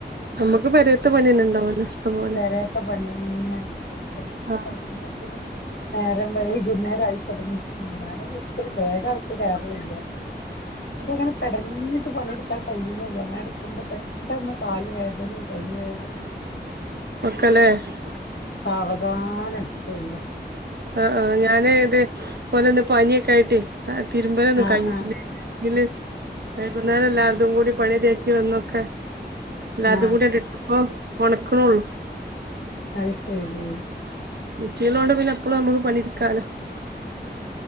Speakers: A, on the right; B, on the left.
A: നമ്മുക്ക് പെരേത്തെ പണി തന്നെ ഉണ്ടാവല്ലോ. ഇഷ്ടം പോലെ
B: പേരെത്തെ പണിന്നെ. <inaudible>
A: ആ
B: നേരം വൈകുന്നേരംമായിയി തുടങ്ങും. ഞാനൊന്നും ഒരിക്കലും <unintelligible> കയറിലില്ല.
A: ഉം
B: ഇബടെ പെടഞ്ഞിട്ട് പണിയെടുക്കാൻ കഴിയണില്ല. അങ്ങനെ എടുക്കുമ്പോ പെട്ടന്ന് കാല് വേദനയും കൈ വേ തന
A: <unintelligible>
B: സാവധാനം എടുക്കുള്ളു.
A: ആ ആ. ഞാനേ ഇതേ പോലെന്നെ പനിയൊക്കെആയിട്ട് തിരുമ്പല ഒന്നും
B: ആഹ്
A: കഴിഞ്ഞി
B: ആഹ്
A: പിന്നെ വൈകുന്നേരം എല്ലാര്തും കൂടി പണി തേക്കി വന്നൊക്കെ എല്ലാര്തും
B: ആഹ്
A: കൂടി <unintelligible> ഉണക്കണള്ളു.
B: അത് ശരി.
A: <unintelligible> കൊണ്ട് പിന്നെ എപ്പളും നമുക്ക് പണിട്ക്കാലോ